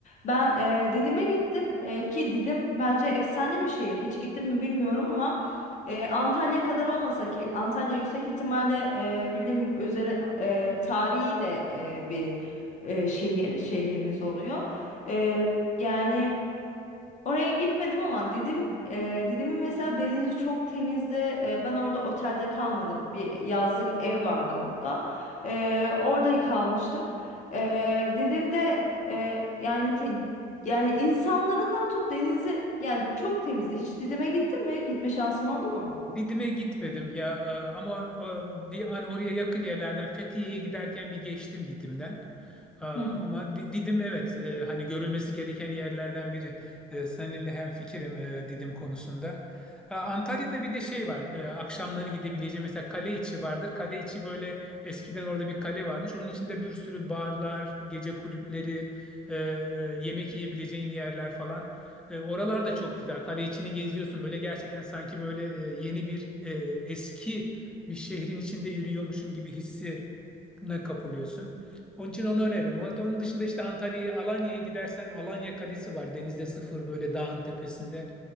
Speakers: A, on the left (about 45°); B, in the centre.
A: Ben eee, Didim'e gittim Eee, ki Didim bence efsane bir şehir. Hiç gittim mi bilmiyorum ama. Ee, Antalya kadar olmasa ki Antalya yüksek ihtimalle e, bilim üzere e, tarihi de e, bir e, şehir şehrimiz oluyor. E, yani oraya gitmedim ama Didim e, Didim'in mesela denizi çok temizdi. E, ben orada otelde kalmadım. Bir yazlık ev vardı orada. E, orada kalmıştım. E, Didim'de e, yani te- yani insanlarından tut denizi yani çok temizdi. Hiç Didim'e gittin mi? Gitme şansın oldu mu?
B: Didim'e gitmedim ya e, ama e, bir hani oraya yakın yerlerden Fethiye'ye giderken bir geçtim Didim'den. E, Ama
A: Hı hı.
B: Di- Didim evet e, hani görülmesi gereken yerlerden biri. E, Seninle hemfikirim e, Didim konusunda. E, Antalya'da bir de şey var. e, Akşamları gidebileceğim mesela kale içi vardır. Kale içi böyle eskiden orada bir kale varmış. Onun içinde bir sürü barlar, gece kulüpleri, e, e, yemek yiyebileceğin yerler falan. E, oralar da çok güzel. Kale içini geziyorsun. Böyle gerçekten sanki böyle e, yeni bir e, eski bir şehrin içinde yürüyormuşsun gibi hissine kapılıyorsun. Onun için onu öneririm. O- Onun dışında işte Antalya'ya, Alanya'ya gidersen Alanya Kalesi var. Denizde sıfır böyle dağın tepesinde.